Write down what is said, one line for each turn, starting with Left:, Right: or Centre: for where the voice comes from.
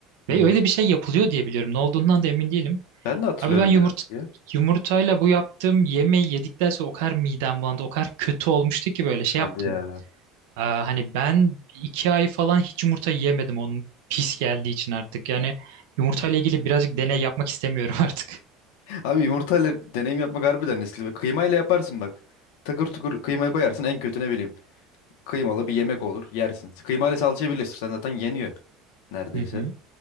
Left: Hı
Right: Ve
Left: hı.
Right: öyle bir şey yapılıyor diye biliyorum. Ne olduğundan da emin değilim.
Left: Ben de hatırlıyorum
Right: Abi ben yumurta
Left: birazcık ya.
Right: yumurtayla bu yaptığım yemeği yedikten sonra o kadar midem bulandı. O kadar kötü olmuştu ki böyle şey
Left: Hadi
Right: yaptım.
Left: ya.
Right: Aa, hani ben iki ay falan hiç yumurta yemedim onun pis geldiği için artık. Yani yumurtayla ilgili birazcık deney yapmak istemiyorum <laughs> artık.
Left: <laughs> Abi yumurtayla deneyim yapmak harbiden riskli. Bak, Kıymayla yaparsın bak. Takır tukur kıymayı koyarsın en kötü ne bileyim. Kıymalı bir yemek olur yersin. Kıymayla salçayı birleştirsen zaten yeniyor neredeyse.
Right: Hı hı,